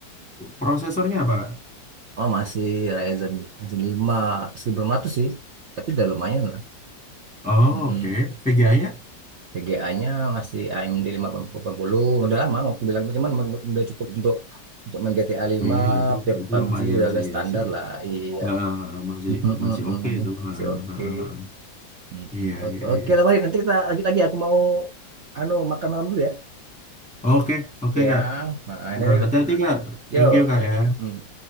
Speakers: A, in the centre; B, on the right (about 70°).
A: prosesornya apa?
B: Oh, masih Ryzen Ryzen 5 1500 sih. Tapi udah lumayan lah.
A: Oh,
B: Mm-mm.
A: oke. VGA-nya?
B: VGA-nya masih AMD 580. Udah lama aku bilang itu cuman men- udah cukup untuk untuk main GTA 5,
A: Wih, itu
B: P-
A: itu
B: PUBG
A: lumayan
B: udah,
A: sih
B: udah standar
A: ya sih.
B: lah. Iya.
A: Nah, masih
B: <laughs>
A: masih oke itu. Ha,
B: Oke, oke.
A: ha, ha.
B: Mm-mm.
A: Iya,
B: O-
A: iya,
B: Oke
A: iya.
B: lah Bari, nanti kita lanjut lagi. Aku mau anu makan malam dulu ya.
A: Oke, oke
B: Oke ya.
A: Kak.
B: Nah, ini,
A: Eh, Hati-hati Kak.
B: yuk.
A: Thank you Kak ya.
B: Mm.